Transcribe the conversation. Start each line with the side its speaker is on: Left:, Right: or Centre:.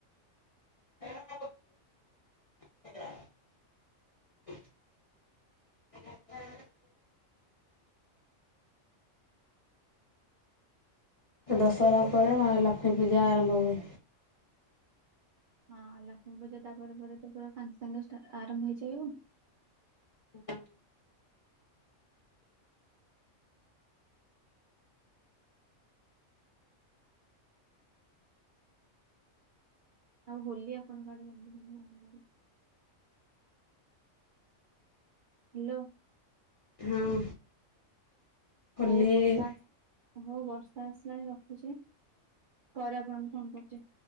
Left: <unintelligible> <unintelligible> ହାଲୋ ସାରେ ଆପଣ ମହାଲକ୍ଷ୍ମୀ ପୂଜା ଆରମ୍ଭ ହୁଏ।
Right: ହଁ ଲକ୍ଷ୍ମୀ ପୂଜା ତାପରେ ପରେ ତ ପୁରା ସାଙ୍ଗେ ସାଙ୍ଗେ ଷ୍ଟା ଆରମ୍ଭ ହେଇଯାଏ ଆଉ
Left: ହୁଁ।
Right: ଆଉ ହୋଲି ଆପଣଙ୍କ ଆଡେ କେମିତି <inaudible> ହେଲୋ।
Left: ହଁ। ହୋଲି
Right: ହଉ ବର୍ଷା। ହଉ ବର୍ଷା ଆସିଲାଣି ରଖୁଛି ପରେ ଆପଣଙ୍କୁ ଫୋନ କରୁଛି।